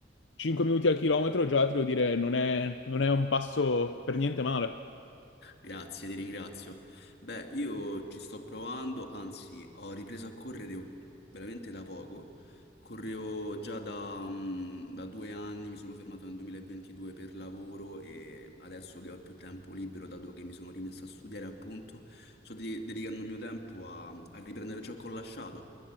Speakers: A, on the left; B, on the left.
A: 5 minuti al chilometro già ti devo dire, non è, non è un passo per niente male.
B: Grazie, ti ringrazio. Beh, io ci sto provando, anzi, ho ripreso a correre u- veramente da poco. Correvo già da, mm, da due anni, mi sono fermato nel 2022 per lavoro e adesso che ho più tempo libero, dato che mi sono rimesso a studiare, appunto, sto de- dedicando il mio tempo a, a riprendere ciò che ho lasciato.